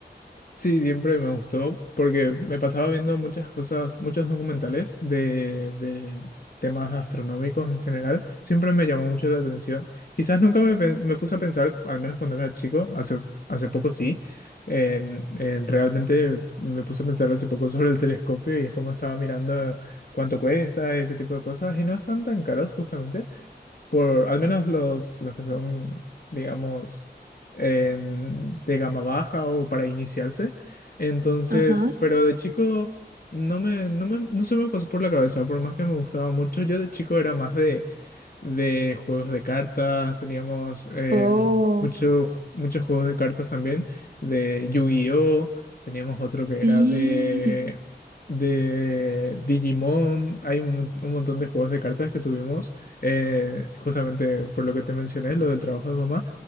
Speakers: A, on the left (about 55°); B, on the right (about 60°).
A: Sí, siempre me gustó porque me pasaba viendo muchas cosas, muchos documentales de, de temas astronómicos en general. Siempre me llamó mucho la atención. Quizás nunca me, pe- me puse a pensar, al menos cuando era chico, hace, hace poco sí, en, en realmente me puse a pensar hace poco sobre el telescopio y es como estaba mirando cuánto cuesta, ese tipo de cosas, y no están tan caros justamente por al menos los, los que son, digamos, en- de gama baja o para iniciarse. Entonces,
B: Ajá.
A: pero de chico no me, no me, no se me pasó por la cabeza, por más que me gustaba mucho, yo de chico era más de de juegos de cartas, teníamos eh,
B: Oh,
A: muchos muchos juegos de cartas también, de Yu-Gi-Oh, teníamos otro que
B: sí,
A: era de, de Digimon, hay un, un montón de juegos de cartas que tuvimos, eh, justamente por lo que te mencioné, lo del trabajo de mamá.